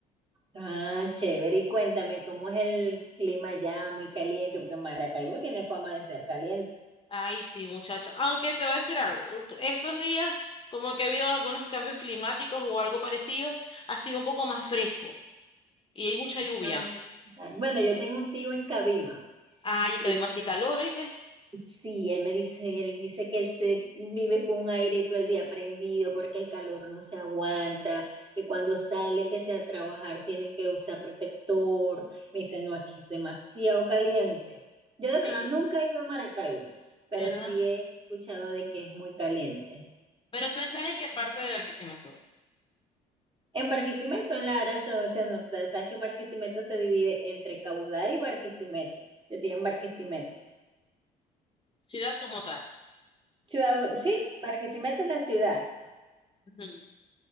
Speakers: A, on the right; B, on the left.
A: Ah, chévere. Y cuéntame, ¿cómo es el clima allá? Muy caliente, porque Maracaibo tiene fama de ser caliente.
B: Ay, sí, muchacha. Aunque te voy a decir algo, ult- estos días como que ha habido algunos cambios climáticos o algo parecido, ha sido un poco más fresco y hay mucha lluvia.
A: Ah, Ah, Bueno, yo tengo un tío en Cabima
B: Ay,
A: y
B: que hay
A: él,
B: más y calor, ¿oíste?
A: sí, él me dice, él dice que él se vive con un aire todo el día prendido porque el calor no se aguanta, que cuando sale que sea a trabajar tiene que usar protector. Me dice, no, aquí es demasiado caliente. Yo
B: Sí,
A: de verdad nunca he ido a Maracaibo, pero
B: ¿verdad?
A: sí he escuchado de que es muy caliente.
B: Pero tú estás en qué parte de Barquisimeto?
A: En Barquisimeto, en Lara, área, está- o sea, no, ustedes saben que Barquisimeto se divide entre Cabudare y Barquisimeto. Yo estoy en Barquisimeto.
B: Ciudad como tal.
A: Ciudad, sí, Barquisimeto es la ciudad.
B: Ujú. O